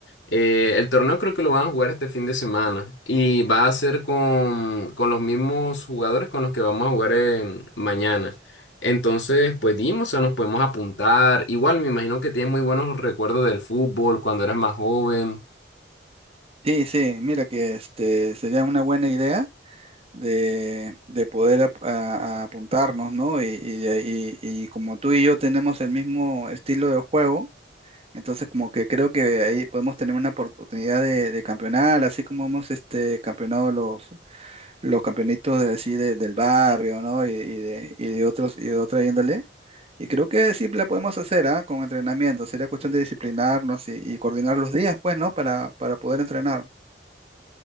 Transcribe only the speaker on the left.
eh, el torneo creo que lo van a jugar este fin de semana y va a ser con, con los mismos jugadores con los que vamos a jugar en- mañana. Entonces, pues dimos, o sea, nos podemos apuntar. Igual me imagino que tienes muy buenos recuerdos del fútbol cuando eras más joven.